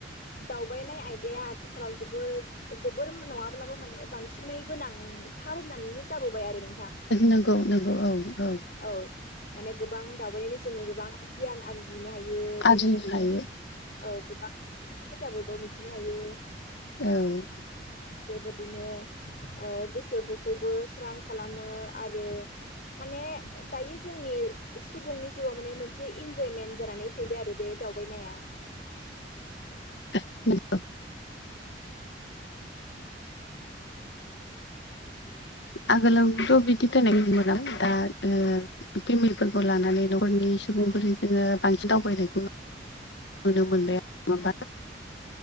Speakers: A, on the left (about 55°); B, on the left (about 75°).
A: दावबायनाय आयदाया आथिखालाव जोबोद जोबोर नङाब्लाबो माने बांसिनै गोनांथार होननानैनो जाबोबाय आरो नों
B: नंगौ नंगौ औ औ
A: औ माने गोबां दावबायनायनि जोङो गोबां गियान आर जिनो हायो
B: आरजिनो
A: बेबायदििनो
B: हायो
A: औ गोबां खोथाफोरखौ मिथिनो हायो
B: औ
A: बेबादिनो गोसोफोरखौबो स्रां खालामो आरो माने दायो जोंनि सुबुंनि जिउआव माने मोनसे इनजयमेन्ट जानानै फैबाय आरो बे दावबायनाया
B: <unintelligible> आगोलावथ' बिदि दोननाय नुनो मोनलामोन दा ओ फेमिलिफोरखौ लानानै न'खरनि सुबुंफोरजों जोङो बांसिन दावबायनायखौ नु नुनो मोनबाय नङाबा